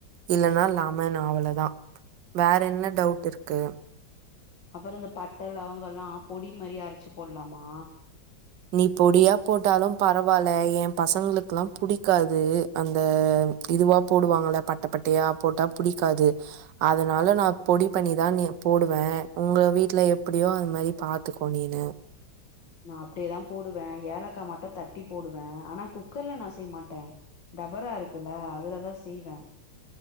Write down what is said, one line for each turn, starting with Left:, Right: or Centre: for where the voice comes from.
Right: இல்லன்னா லெமன் அவ்ளதா வேற என்ன டவுட் இருக்கு
Left: அப்புற இந்த பட்ட லவங்கல்லா பொடி மாரி அரச்சு போடலாமா
Right: நீ பொடியா போட்டாலும் பரவால்ல என் பசங்களுக்குல்லா புடிக்காது அந்த இதுவா போடுவாங்கள பட்ட பட்டையா போட்டா புடிக்காது அதனால நா பொடி பண்ணி தா போடுவே உங்க வீட்ல எப்டியோ அது மாரி பாத்துக்கோ நீனு
Left: நா அப்டியேதா போடுவே ஏலக்கா மட்டு தட்டி போடுவே ஆனா குக்கர்ல நா செய்யமாட்டே டபரா இருக்குல்ல அதுலதா செய்வே